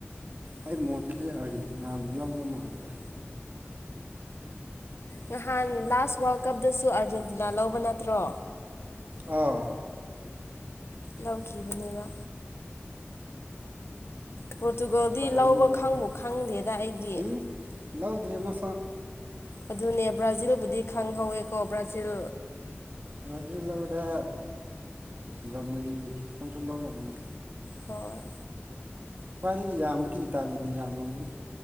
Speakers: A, on the right; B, on the left.
A: ꯑꯩ ꯃꯣꯠꯇꯨꯗꯤ ꯑꯥꯔꯖꯦꯟꯇ ꯅꯥꯟ ꯂꯧꯗꯧ ꯃꯥꯜꯦꯗ
B: ꯅꯍꯥꯟ ꯂꯥꯁ ꯋꯥꯔꯜ ꯀꯞꯇꯁꯨ ꯑꯥꯔꯖꯦꯟꯇꯤꯅꯥ ꯂꯧꯕ ꯅꯠꯇ꯭ꯔꯣ
A: ꯑꯥ
B: ꯂꯧꯈꯤꯕꯅꯦꯕ ꯄ꯭ꯔꯣꯇꯨꯒꯣꯜꯗꯤ
A: ꯐꯖꯩꯅꯦ
B: ꯂꯧꯕ
A: ꯃꯥ
B: ꯈꯪꯕꯨ ꯈꯪꯗꯦꯗ ꯑꯩꯗꯤ
A: ꯎꯝ ꯂꯧꯗ꯭ꯔꯤ ꯑꯃꯥ ꯐꯥꯎ
B: ꯑꯗꯨꯅꯦ ꯕ꯭ꯔꯥꯖꯤꯜꯕꯨꯗꯤ ꯈꯪꯍꯧꯋꯦꯀꯣ ꯕ꯭ꯔꯥꯖꯤꯜ
A: ꯕ꯭ꯔꯥꯖꯤꯜ ꯂꯧꯔꯦ ꯖꯃꯅꯤ ꯈꯣꯟꯁꯨ ꯂꯧꯔꯕꯅꯦ
B: ꯍꯣꯏ
A: ꯈ꯭ꯋꯥꯏꯗꯒꯤ ꯌꯥꯝꯕꯗꯤ ꯏꯇꯥꯂꯤꯅ ꯌꯥꯝꯔꯕꯅꯤ